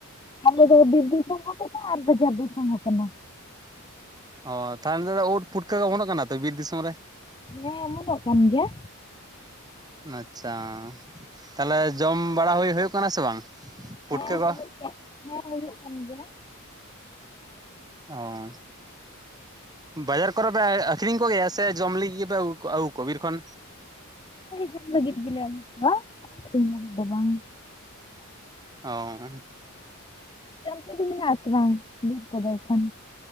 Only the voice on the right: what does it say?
ᱚ ᱛᱟᱦᱚᱞᱮ ᱫᱚ ᱩᱫ ᱯᱩᱴᱠᱟᱹ ᱚᱢᱚᱱᱚᱜ ᱠᱟᱱᱟ ᱛᱚ ᱵᱤᱨ ᱫᱤᱥᱚᱢ ᱨᱮ?
<inaudible> ᱟᱪᱪᱷᱟ, ᱛᱟᱦᱞᱮ ᱡᱚᱢ ᱵᱟᱲᱟ ᱦᱳᱭ- ᱦᱳᱭᱳᱜ ᱠᱟᱱᱟ ᱥᱮ ᱵᱟᱝ ᱯᱩᱴᱠᱟᱹ
ᱠᱚ?
ᱚᱻ ᱵᱟᱡᱟᱨ ᱠᱚᱨᱮ ᱯᱮ ᱟᱠᱷᱨᱤᱧ ᱠᱚ ᱜᱮᱭᱟ ᱥᱮ ᱡᱚᱢ ᱞᱟᱹᱜᱤᱫ ᱜᱮᱯᱮ ᱟᱹᱜᱩ ᱠᱚ ᱵᱤᱨ ᱠᱷᱚᱱ?
ᱚᱻ